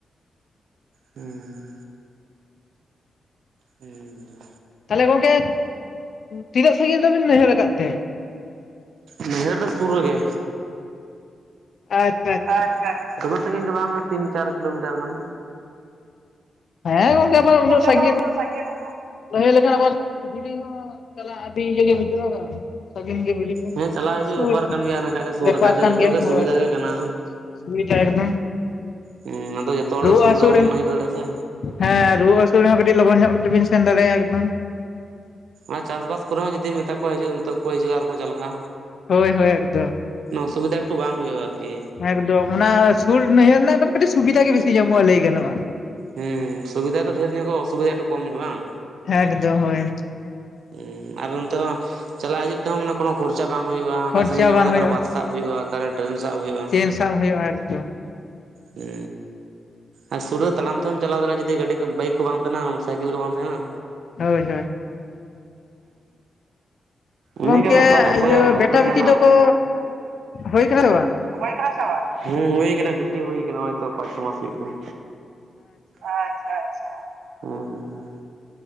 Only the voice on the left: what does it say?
ᱛᱟᱦᱚᱞᱮ ᱜᱚᱝᱠᱮ ᱛᱤᱱᱟᱹᱜ ᱥᱟᱺᱜᱤᱧ ᱫᱚᱵᱤᱱ ᱱᱟᱹᱭᱦᱟᱹᱨ ᱟᱠᱟᱫ ᱛᱮ
ᱟᱪ
ᱦᱮᱸ ᱜᱚᱝᱠᱮ ᱩᱱᱟᱹᱜ ᱥᱟᱺᱜᱤᱧ
ᱱᱟᱹᱭᱦᱟᱹᱨ ᱞᱮᱠᱷᱟᱱ ᱟᱵᱟᱨ ᱫᱤᱞᱤ ᱦᱚᱸ ᱪᱟᱞᱟᱜ ᱟᱹᱰᱤ ᱤᱭᱟᱹ ᱜᱮ ᱵᱩᱡᱩᱜ-ᱟ ᱥᱟᱺᱜᱤᱧ ᱜᱮ ᱵᱩᱡᱷᱟᱹᱜ-ᱟ
ᱥᱩᱨ
ᱵᱮᱯᱟᱨ
ᱠᱟᱱ
ᱜᱮᱭᱟ
ᱦᱳᱭ
ᱥᱩᱵᱤᱫᱷᱟ ᱮᱠᱫᱚᱢ
ᱨᱩᱣᱟᱹᱜ
ᱦᱟᱹᱥᱩ
ᱦᱮᱸ ᱨᱩᱣᱟᱹ ᱦᱟᱹᱥᱩ ᱨᱮᱦᱚᱸ ᱠᱟᱹᱴᱤᱡ ᱞᱚᱜᱚᱱ ᱧᱚᱜ ᱛᱮᱵᱤᱱ ᱥᱮᱱ ᱫᱟᱲᱮᱭᱟᱜ-ᱟ ᱮᱠᱫᱚᱢ
ᱦᱳᱭ ᱦᱳᱭ ᱮᱠᱫᱚᱢ
ᱮᱠᱫᱚᱢ ᱚᱱᱟ ᱥᱩᱨ ᱱᱟᱹᱭᱦᱟᱹᱨ ᱨᱮᱱᱟᱜ ᱠᱟᱹᱴᱤᱡ ᱥᱩᱵᱤᱫᱷᱟ ᱜᱮ ᱵᱮᱥᱤ ᱧᱟᱢᱚᱜ-ᱟ ᱞᱟᱹᱭ ᱜᱟᱱᱚᱜ-ᱟ
ᱦᱮᱸᱠᱫᱚᱢ ᱦᱳᱭ
ᱠᱷᱚᱨᱪᱟ
ᱵᱟᱝ
ᱦᱩᱭᱩᱜᱼᱟ
ᱪᱮᱱ ᱥᱟᱵ ᱦᱩᱭᱩᱜᱼᱟ ᱮᱠᱫᱚᱢ,
ᱦᱳᱭ ᱦᱳᱭ
ᱜᱚᱝᱠᱮ
ᱤᱭᱟᱹ
ᱵᱮᱴᱟ
ᱵᱤᱴᱤ
ᱫᱚᱠᱚ ᱦᱩᱭ ᱠᱟᱱᱟ ᱥᱮ ᱵᱟᱝ